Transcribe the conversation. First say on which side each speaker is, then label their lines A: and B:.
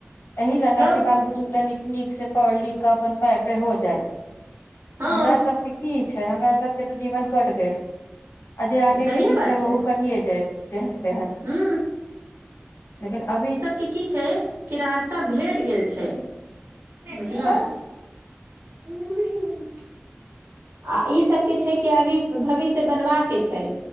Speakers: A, on the left; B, on the right.
A: एहि लए न
B: तब
A: कि बाल बुतु तऽ न नीक से पढ़ लिख कऽ अपन पैर पे हो जायइत
B: हँ
A: हमरा आर सबके की छै हमरा आर सबके तो जीवन कटि गेल आ जे आगे
B: सहिए
A: के पि
B: बात
A: छै ओहो करियए जायइत जेहन तेहन
B: हू
A: लेकिन अवी
B: कि की छै कि रास्ता भेट गेल छै बुझलहु
A: तऽ
B: ह <unintelligible> आ ई सब के छै कि अभी भविष्य बनवा के छै